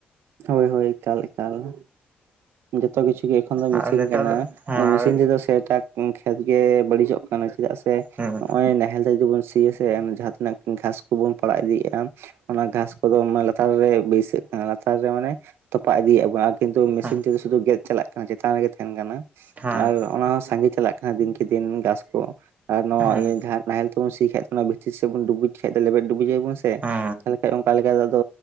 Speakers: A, on the right (about 80°); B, on the right (about 35°).
A: ᱦᱚᱭ ᱦᱚᱭ ᱮᱛᱟᱞ ᱮᱛᱟᱞ ᱾ ᱡᱚᱛᱚ ᱠᱤᱪᱷᱩ ᱜᱮ ᱮᱠᱷᱚᱱ ᱫᱚ ᱢᱮᱥᱤᱱ
B: ᱟᱨ ᱱᱮᱛᱟᱨ
A: ᱠᱟᱱᱟ
B: ᱫᱚ ᱦᱮᱸ
A: ᱢᱮᱥᱤᱱ
B: ᱟᱨ
A: ᱛᱮᱫᱚ ᱥᱮᱛᱟᱜ ᱠᱷᱮᱛ ᱜᱮ ᱵᱟᱹᱲᱤᱡᱚᱜ ᱠᱟᱱᱟ ᱪᱮᱫᱟᱜ ᱥᱮ
B: ᱦᱮᱸ
A: ᱱᱚᱜ-ᱚᱭ ᱱᱟᱦᱮᱞ ᱛᱮ ᱡᱩᱫᱤ ᱵᱚᱱ ᱥᱤᱭᱟ ᱥᱮ ᱡᱟᱦᱟᱸ ᱛᱤᱱᱟᱹᱜ ᱜᱷᱟᱥ ᱠᱚᱵᱚᱱ ᱯᱟᱲᱟᱜ ᱤᱫᱤᱭᱮᱫᱼᱟ ᱚᱱᱟ ᱜᱷᱟᱥ ᱠᱚᱫᱚ ᱚᱱᱟ ᱞᱟᱛᱟᱨ ᱨᱮ ᱵᱟᱹᱭᱥᱟᱹᱜ ᱠᱟᱱᱟ ᱞᱟᱛᱟᱨ ᱨᱮ ᱢᱟᱱᱮ ᱛᱚᱯᱟᱜ ᱤᱫᱤᱭᱮᱜ ᱟᱵᱚᱱ ᱠᱤᱱᱛᱩ ᱢᱮᱥᱤᱱ
B: ᱦᱮᱸ
A: ᱛᱮᱫᱚ ᱥᱩᱫᱩ ᱜᱮᱫ ᱪᱟᱞᱟᱜ ᱠᱟᱱᱟ ᱪᱮᱛᱟᱱ ᱨᱮᱜᱮ ᱛᱟᱦᱮᱸᱱ ᱠᱟᱱᱟ
B: ᱦᱮᱸ
A: ᱟᱨ ᱚᱱᱟ ᱦᱚᱸ ᱥᱟᱸᱜᱮ ᱪᱟᱞᱟᱜ ᱠᱟᱱᱟ ᱫᱤᱱᱠᱮ ᱫᱤᱱ ᱜᱷᱟᱥ ᱠᱚ ᱾ ᱟᱨ ᱱᱚᱣᱟ
B: ᱦᱮᱸ
A: ᱤᱭᱟᱹ ᱡᱟᱦᱟᱸ ᱱᱟᱦᱮᱞ ᱛᱮᱵᱚᱱ ᱥᱤ ᱠᱷᱟᱡ ᱚᱱᱟ ᱵᱷᱤᱛᱤᱨ ᱥᱮᱜᱵᱩᱱ ᱰᱩᱵᱩᱡ ᱠᱷᱮᱡ ᱫᱚ ᱞᱮᱵᱮᱫ ᱰᱩᱵᱩᱡ ᱟᱵᱚᱱ ᱥᱮ
B: ᱦᱮᱸ
A: ᱛᱟᱦᱞᱮ ᱠᱷᱟᱡ ᱚᱱᱠᱟ ᱞᱮᱠᱟ ᱟᱫᱚ